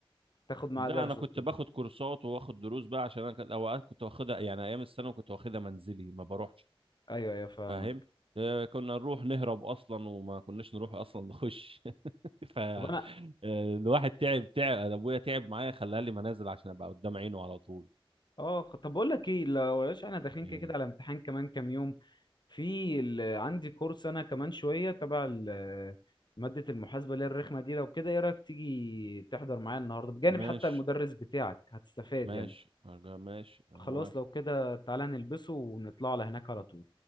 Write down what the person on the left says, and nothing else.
تاخد معاه
درس
وكده
ايوه ايوه فاهمك
طب انا
اه طب بقول لك ايه لو بلاش احنا داخلين
كده كده على امتحان كمان كام يوم في ال... عندي كورس انا كمان شويه تبع ال... ماده المحاسبه اللي هي الرخمه دي لو كده ايه رايك تيجي تحضر معايا النهارده بجانب
حتى المدرس بتاعك هتستفاد
يعني
خلاص
لو كده تعالى نلبسه ونطلع على هناك على طول